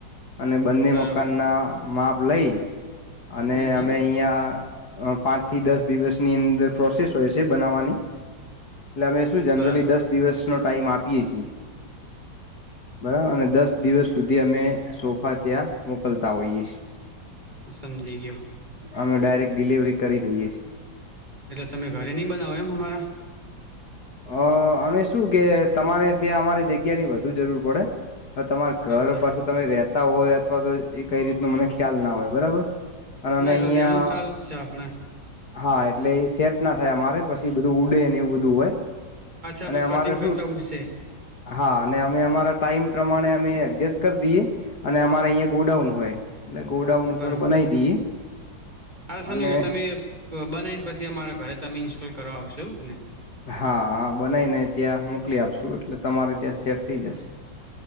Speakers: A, on the left; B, on the right.
A: અને બંને
B: બરાબર
A: મકાન ના માપ લઈ અને
B: હમ હમ
A: અમે અહીંયા અ પાંચ થી દસ દિવસની અંદર પ્રોસેસ હોય છે બનાવાની એટલે અમે શું જનરલી
B: બરાબર
A: દસ દિવસનો ટાઈમ આપીએ છીએ બરાબર અને દસ દિવસ સુધી અમે સોફા ત્યાં મોકલતા હોઈએ છીએ
B: હ સમજી ગયો
A: અમે ડાયરેક્ટ ડિલિવરી કરી દઈએ છીએ
B: એટલે તમે ઘરે નઈ બનાવો એમ અમારા
A: અ અમે શું કે તમારે ત્યાં અમારે જગ્યાની વધુ જરૂર પડે હવે તમાર ઘર
B: અચ્છા
A: પાછું તમે રેતા હોય. અથવા તો એ કઈ રીતનું મને ખ્યાલ ના હોય બરાબર.
B: <unintelligible>
A: અને અમે
B: તો
A: અહિયાં
B: રેવાનું ચાલુ જ છે આપણે
A: હા એટલે એ સેટ ના થાય અમારે. પછી બધું ઉડે ને એવું બધું હોય
B: અચ્છા
A: અને
B: બધું
A: અમારે
B: કટિંગ
A: શું
B: કરતા ઉડ
A: હા અને અમે અમારા ટાઈમ પ્રમાણે અમે એડજસ્ટ કરી દઈએ અને અમારે અહિયા ગોડાઉન હોય. એટલે ગોડાઉન ઉપર
B: બરાબર
A: બનાવી દઈએ.
B: હા. સમજી
A: અને
B: ગયો તમે બ બનાવી ને પછી અમારા ઘરે તમે ઇન્સ્ટોલ કરવા આવશો. એવુંજ ને?
A: હા હા, બનાઈ ને ત્યાં મોકલી આપશું. એટલે તમારે ત્યાં સેટ થઈ જશે.